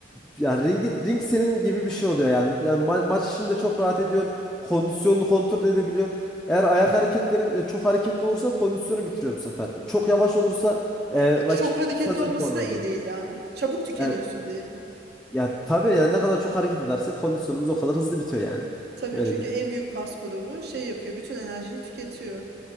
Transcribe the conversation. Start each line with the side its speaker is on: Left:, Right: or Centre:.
Centre: ya ring, ring senin gibi bir şey oluyor yani. Yani ma- maç içinde çok rahat ediyor. Kondisyonunu kontrol edebiliyorsun. Eğer ayak hareketlerin e, çok hareketli olursa kondisyonu bitiriyor bu sefer. Çok yavaş olursa e, rakip
Right: Çok hareketli
Centre: senden
Right: olması
Centre: puan
Right: da
Centre: alıyor.
Right: iyi değil yani. Çabuk tükeniyorsun
Centre: Yani,
Right: diye mi?
Centre: ya tabii yani ne kadar çok hareket ederse kondisyonumuz o kadar hızlı bitiyor yani.
Right: Tabii
Centre: Öyle
Right: çünkü
Centre: diyeyim.
Right: en büyük kas grubu şey yapıyor bütün enerjiyi tüketiyor.